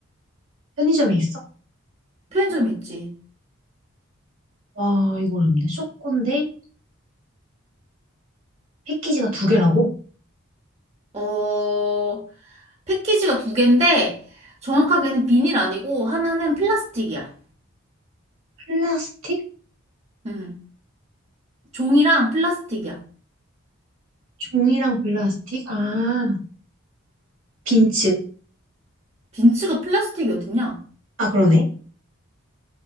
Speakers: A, on the right (about 70°); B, on the right (about 30°).
A: 편의점에 있어?
B: 편의점 있지.
A: 와 이거 어렵네 초코인데 패키지가 두 개라고?
B: 어, 패키지가 두 개인데, 정확하게는 비닐 아니고, 하나는 플라스틱이야.
A: 플라스틱?
B: 응. 종이랑 플라스틱이야.
A: 종이랑 플라스틱? 아, 빈츠.
B: 빈츠가 플라스틱이 어딨냐?
A: 아, 그러네.